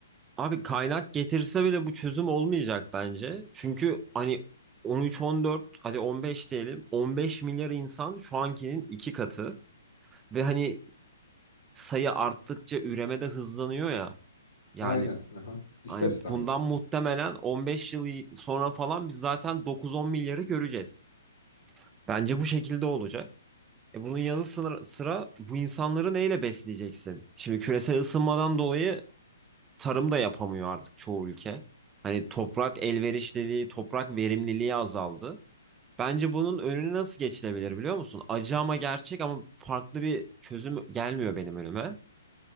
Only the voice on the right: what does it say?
Abi kaynak getirse bile bu çözüm olmayacak bence. Çünkü hani 13-14 hadi 15 diyelim 15 milyar insan şu ankinin iki katı ve hani sayı arttıkça üreme de hızlanıyor ya. Yani
hani
bundan muhtemelen 15 yıl sonra falan biz zaten 9-10 milyarı göreceğiz. Bence bu şekilde olacak. E bunun yanı sıra, sıra bu insanları neyle besleyeceksin? Şimdi küresel ısınmadan dolayı tarım da yapamıyor artık çoğu ülke. Hani toprak elverişliliği, toprak verimliliği azaldı. Bence bunun önüne nasıl geçilebilir biliyor musun? Acı ama gerçek ama farklı bir çözüm gelmiyor benim önüme.